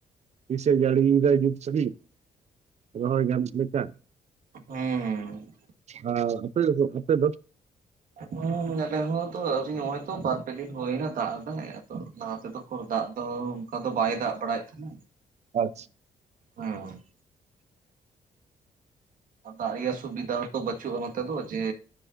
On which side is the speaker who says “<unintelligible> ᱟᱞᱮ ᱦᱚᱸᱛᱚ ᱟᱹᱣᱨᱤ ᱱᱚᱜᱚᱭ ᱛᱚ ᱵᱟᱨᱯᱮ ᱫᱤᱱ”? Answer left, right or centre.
Right